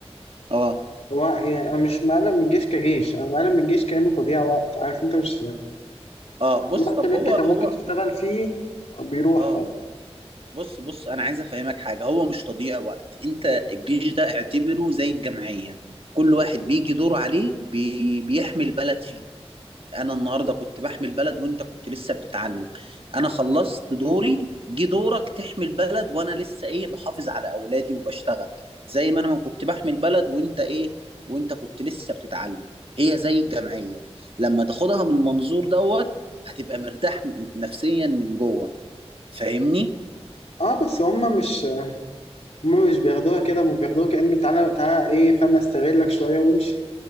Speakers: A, on the right; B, on the left.
A: اه
B: هو يعني أنا مش مقلق من الجيش كجيش أنا مقلق من الجيش كأنه تضييع وقت عارف أنت مش
A: اه بص
B: الوقت
A: طب
B: اللي
A: هو
B: أنت كان
A: هو
B: ممكن تشتغل فيه بيروح
A: اه
B: فاهم
A: بص بص انا عايز افهمك حاجة هو مش تضييع وقت انت الجيش ده اعتبره زي الجمعية كل واحد بيجي دور عليه بي بيحمي البلد فيه انا النهارده كنت بحمي البلد وانت كنت لسه بتتعلم انا خلصت دوري جه دورك تحمي البلد وانا لسه ايه بحافظ على اولادي وبشتغل زي ما انا ما كنت بحمي البلد وانت ايه وانت كنت لسه بتتعلم هي زي الجمعية لما تاخدها من المنظور دوت هتبقى مرتاح نفسيا من جوه فاهمني
B: اه بس هما مش هما مش بياخدوها كده هما بياخدوها كأنه تعالى تعالى ايه فاهم استغلك شوية وامشي